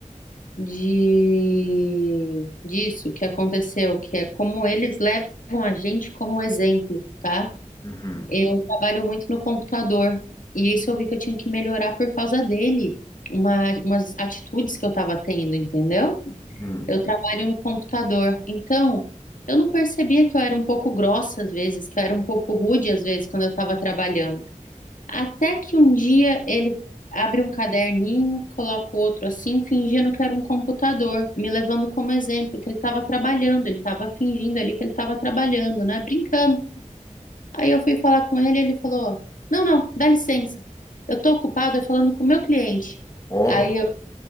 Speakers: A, on the left; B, on the left.
A: de disso que aconteceu, que é como eles levam a gente como exemplo, tá?
B: Uhum,
A: Eu trabalho muito no computador e isso eu vi que eu tinha que melhorar por causa dele, uma, umas atitudes que eu estava tendo, entendeu?
B: uhum.
A: Eu trabalho no computador, então eu não percebia que eu era um pouco grossa às vezes, que eu era um pouco rude às vezes quando eu estava trabalhando. Até que um dia ele abre um caderninho, coloca o outro assim, fingindo que era um computador, me levando como exemplo, que ele estava trabalhando, ele estava fingindo ali que ele estava trabalhando, né? Brincando. Aí eu fui falar com ele, ele falou: Não, não, dá licença, eu tô ocupado, é falando com o meu cliente.
B: Ó,
A: Aí eu,